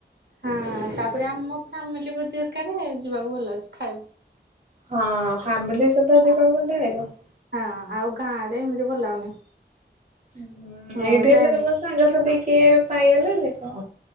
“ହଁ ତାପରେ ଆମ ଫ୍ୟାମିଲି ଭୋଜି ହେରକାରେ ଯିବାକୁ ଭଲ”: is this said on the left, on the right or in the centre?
Right